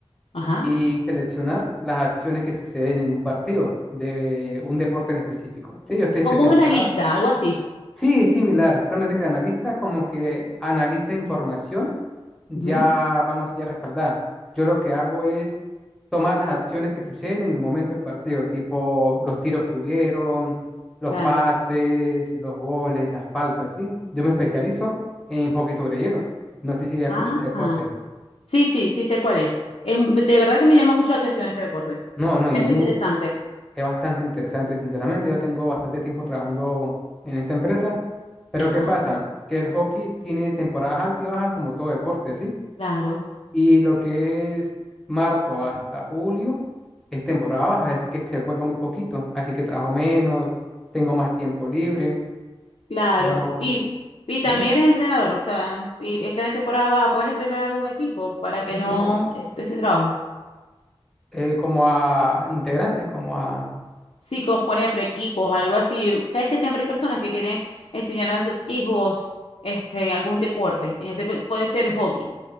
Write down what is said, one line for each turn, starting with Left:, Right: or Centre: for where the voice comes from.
Left: ajá,
Centre: y seleccionar las acciones que suceden en un partido de un deporte en específico. Sí, yo estoy
Left: como
Centre: especializada.
Left: un analista, algo así.
Centre: Sí, es similar, solamente que analista como que analiza información ya,
Left: Ujú,
Centre: vamos, ya respaldada. Yo lo que hago es tomar las acciones que suceden en el momento del partido, tipo los tiros que hubieron, los
Left: claro.
Centre: pases, los goles, las faltas, ¿sí? Yo me especializo en hockey sobre hielo. No sé si ya escuchas
Left: Ah,
Centre: ese deporte.
Left: ah. sí, sí, sí sé cuál es. Es m- De verdad que me llama mucho la atención ese deporte.
Centre: No, no, y
Left: Es
Centre: es
Left: muy
Centre: bien,
Left: interesante.
Centre: Es bastante interesante, sinceramente. Ya tengo bastante tiempo trabajando en esta empresa. Pero
Left: Ajá,
Centre: ¿qué pasa? Que el hockey tiene temporadas altas y bajas como todo deporte, ¿sí?
Left: claro,
Centre: Y lo que es marzo hasta julio es temporada baja, así que se juega muy poquito. Así que trabajo menos, tengo más tiempo libre.
Left: claro.
Centre: Pero,
Left: Y, y también
Centre: dime,
Left: eres entrenador, o sea, si estás en temporada baja, ¿puedes entrenar algún equipo para que
Centre: no,
Left: no estés sin trabajo?
Centre: eh, como a integrantes, como a
Left: Sí, como por ejemplo equipos, algo así. Sabes que siempre hay personas que quieren enseñar a sus hijos este algún deporte. En Este pe- puede ser hockey.